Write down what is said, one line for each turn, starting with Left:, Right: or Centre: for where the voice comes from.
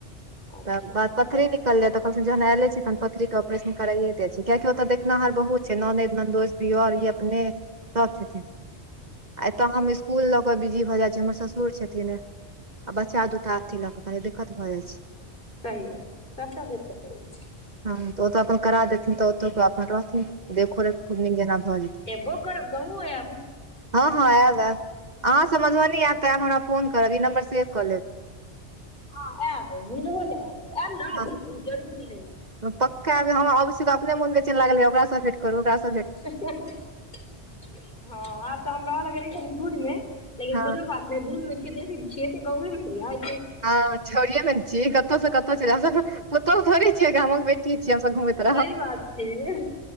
Left: अच्छा
Right: तब ब पथरी निकल जाय त कहल जहन एले छी तहन पथररी के ऑपेशन करइए दे द छै कियाकि ओतऽ देखनाहार बहुत छै ननद नन्दोइस दियर ई अपने सब छथिन आ
Left: अच्छा
Right: एतऽ हम इ कुल लऽ कऽ बिजी भऽ जाइत छै हमर ससुर छथिन आ बच्चा दुटा अथी लऽ कऽ कनि दिक्कत भऽ जाइत छै
Left: सही बात सबटा देखऽ परै छै
Right: हँ तऽ ओतऽ अपन करा देथिन तऽ ओतो रहथिन देखोरेखो निक जेना भऽ जेत
Left: छै एबो करब गाँवो आयब
Right: हँ हँ ऐब ऐब अहाँसब मधुबनी आयब त आब हम फोन करब ई नम्बर सेव कऽ लेब
Left: ह आयब मिलबो ल आयब आयब
Right: हँ
Left: ने जरूर मिलै ल आयब
Right: पक्का आयब हम अबै छी तऽ अपने मुन बेचैन लागयै य। ओकरा सँ भेंट करू ओकरा सं
Left: हँ आब तऽ हम रह लगी कनी दूर मे लेकिन
Right: हँ
Left: कोनो बात ने दूर में <unintelligible> छिये ते गावे मे ने य
Right: हँ छोड़ ने छी कतहुं कतहुं चैल जाइब हमसभ पुतौह थोड़ी छियै गामक बेटीय छिय हमस घु त
Left: सही बात छै